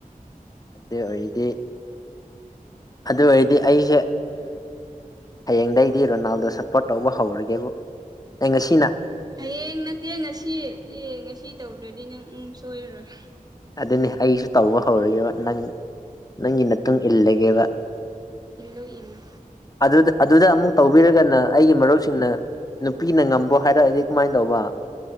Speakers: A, on the left; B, on the right.
A: ꯑꯗꯨ ꯑꯣꯏꯗꯤ ꯑꯗꯨ ꯑꯣꯏꯔꯗꯤ ꯑꯩꯁꯦ ꯍꯌꯦꯡꯗꯩꯗꯤ ꯔꯣꯅꯥꯜꯗꯣ ꯁꯞꯄꯣꯔꯠ ꯇꯧꯕ ꯍꯧꯔꯒꯦꯕꯨ ꯑꯩ ꯉꯁꯤꯅ
B: ꯍꯌꯦꯡ ꯅꯠꯇꯦ ꯉꯁꯤ ꯑꯦ ꯉꯁꯤ ꯇꯧꯗ꯭ꯔꯗꯤ ꯅꯪ ꯎꯝ ꯁꯣꯏꯔꯔꯣꯏ
A: ꯑꯗꯨꯅꯤ ꯑꯩꯁꯨ ꯇꯧꯕ ꯍꯧꯔꯒꯦꯕ ꯅꯪ ꯅꯪꯒꯤ ꯃꯇꯨꯡ ꯏꯜꯂꯒꯦꯕ
B: ꯏꯜꯂꯣ ꯏꯜꯂꯣ
A: ꯑꯗꯨꯗ ꯑꯗꯨꯗ ꯑꯃꯨꯛ ꯇꯧꯕꯤꯔꯒꯅ ꯑꯩꯒꯤ ꯃꯔꯨꯞꯁꯤꯡꯅ ꯅꯨꯄꯤꯅ ꯉꯝꯕꯣ ꯍꯥꯏꯔꯛꯑꯗꯤ ꯀꯃꯥꯏꯅ ꯇꯧꯕ